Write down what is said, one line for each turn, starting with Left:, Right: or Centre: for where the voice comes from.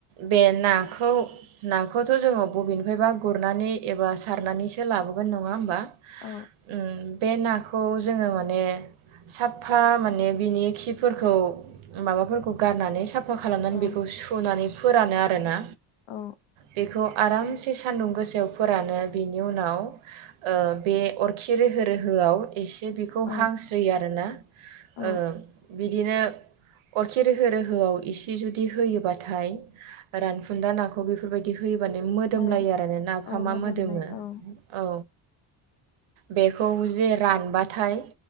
Right: बे नाखौ नाखौथ' जोङो बबेनिफायबा गुरनानै एबा सारनानैसो लाबोगोन नङा होमबा?
Left: औ
Right: उम बे ना खौ जोङो माने साफ्फा माने बिनि खिफोरखौ माबाफोरखौ गारनानै साफ फा खालामनानै
Left: औ
Right: बेखौ सुनानै फोरानो आरोना
Left: औ
Right: बेखौ आरामसे सान्दुं गोसायाव फोरानो बिनि उनाव ओ बे अरखि रोहो रोहोआव एसे बेखौ
Left: औ
Right: हांस्रोयो आरोना। ओ
Left: औ
Right: बिदिनो अरखि रोहो रोहोआव इसे जुदि होयोबाथाय रानफुन्दा नाखौ बेफोरबायदि होयो बानो मोदोम
Left: औ
Right: लायो आरो। आरो नाफामा
Left: औ मोदोमनाय
Right: मोदोमो
Left: औ
Right: औ। बेखौ जे रानबाथाय